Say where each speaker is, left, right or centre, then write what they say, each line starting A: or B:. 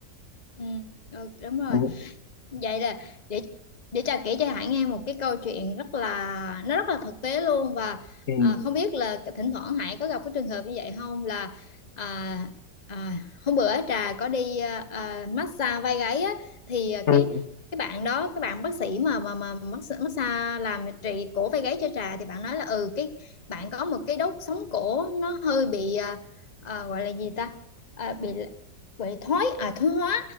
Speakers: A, on the left (about 25°); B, on the left (about 40°).
A: ừ. Ờ, đúng rồi
B: ừ.
A: vậy là để để Trà kể cho Hải nghe một cái câu chuyện rất là nó rất là thực tế luôn và
B: Ừ.
A: à, không biết là thỉnh thoảng Hải có gặp cái trường hợp như vậy không là à, à, hôm bữa Trà có đi à, à, massage vai gáy á thì à,
B: Ừ.
A: cái cái bạn đó cái bạn bác sĩ mà mà mà massage, massage làm trị cổ vai gáy cho Trà thì bạn nói là ừ cái bạn có một cái đốt sống cổ nó hơi bị à, à, gọi là gì ta à, bị gọi là thoái à thoái hóa